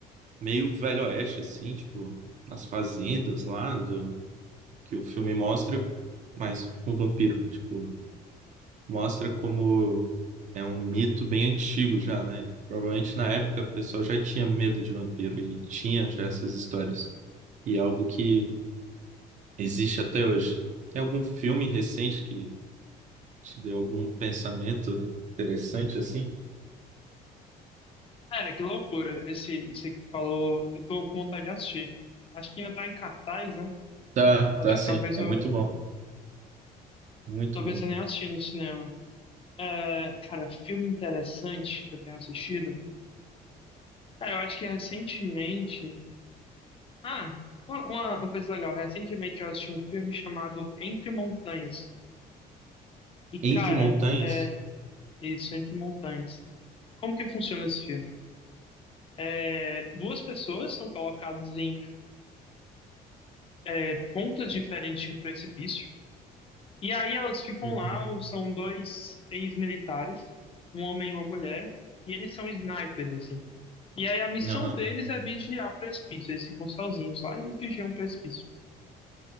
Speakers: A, on the right; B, on the left.
A: meio Velho Oeste, assim, tipo, nas fazendas lá do, que o filme mostra, mas com vampiro, tipo, mostra como é um mito bem antigo já, né? Provavelmente na época o pessoal já tinha medo de vampiro e tinha já essas histórias. E é algo que existe até hoje. Tem algum filme recente que Te deu algum pensamento interessante assim?
B: Cara, que loucura. Esse, esse que falou, eu tô com vontade de assistir. Acho que ainda tá em cartaz, né?
A: Tá,
B: Acho
A: tá
B: que
A: sim.
B: talvez
A: É
B: eu,
A: muito bom. Muito
B: talvez
A: bom.
B: eu nem assisti no cinema. É, cara, filme interessante que eu tenho assistido. Cara, eu acho que recentemente. Ah, uma, uma uma coisa legal. Recentemente eu assisti um filme chamado Entre Montanhas. E, cara,
A: Entre montanhas?
B: é isso, Entre Montanhas. Como que funciona esse filme? É, duas pessoas são colocadas em é, pontas diferentes de um precipício. E aí elas ficam
A: Uhum.
B: lá, são dois ex-militares, um homem e uma mulher, e eles são snipers, assim. E aí a missão
A: Aham,
B: deles é vigiar o precipício, eles ficam sozinhos lá e eles vigiam o precipício.